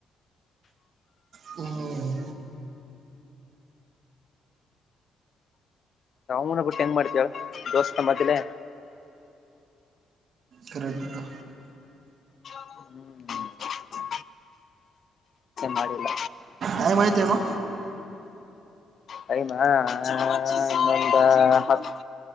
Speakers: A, on the right (about 60°); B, on the left (about 50°).
A: ಹ್ಮ್
B: ಅವಮ್ಮನ ಬಿಟ್ಟು ಹೆಂಗ್ ಮಾಡ್ತಳ ದೋಸ್ತ ಮದ್ಲೆ
A: ಕರಕಟು
B: ಹ್ಮ್ ಮಾಡಿಲ್ಲ
A: ಟೈಮ್ ಆಯ್ತೇನೋ
B: ಹ ಇನ್ನೊಂದ ಹತ್ತು